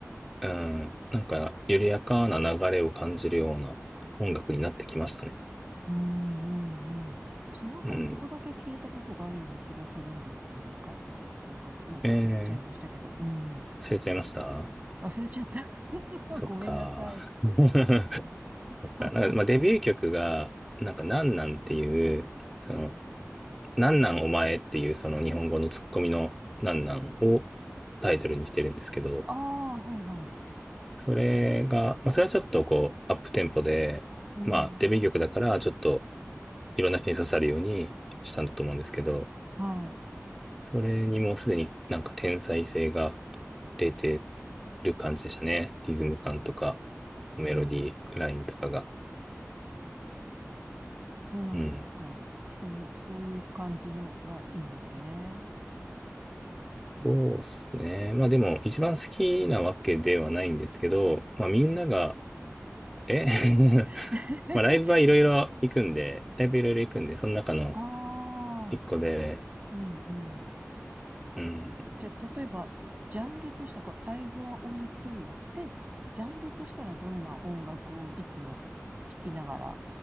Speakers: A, in the centre; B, on the right.
A: うん、なんか、緩やかな流れを感じるような音楽になってきましたね。
B: うん、うん、うん。私なんか一個だけ聞いたことがあるような気がするんですよね。
A: うん。
B: 彼の音楽。もう忘れちゃいましたけど。
A: えー、
B: うん。
A: 忘れちゃいました
B: 忘れちゃった。<laughs>
A: そっか。
B: ごめんなさい。
A: <laughs>
B: そう。
A: そっか。なんか、まあ、デビュー曲が、なんか、なんなんっていう、その、なんなんお前っていうその日本語のツッコミのなんなんをタイトルにしてるんですけど、
B: ああ、はい、はい。
A: それが、まあ、それはちょっとこう、アップテンポで、
B: うん。
A: まあ、デビュー曲だから、ちょっといろんな人に刺さるようにしたんだと思うんですけど、
B: はい。
A: それにもうすでになんか天才性が出てる感じでしたね。リズム感とか、メロディーラインとかが。
B: へえ。そうなんですか。
A: うん。
B: そう、そういう感じのがいいんですね。
A: そうですね。まあでも、一番好きなわけではないんですけど、まあみんなが
B: へ
A: え <laughs>
B: <laughs>
A: まあ、ライブはいろいろ行くんで、ライブいろいろ行くんで、その中の
B: ああ、
A: 一個で、
B: <laughs> うんうん。
A: うん、
B: じゃあ、例えば、ジャンルとしたら、こうライブは置いといて、ジャンルとしたらどんな音楽をいつも聴きながら、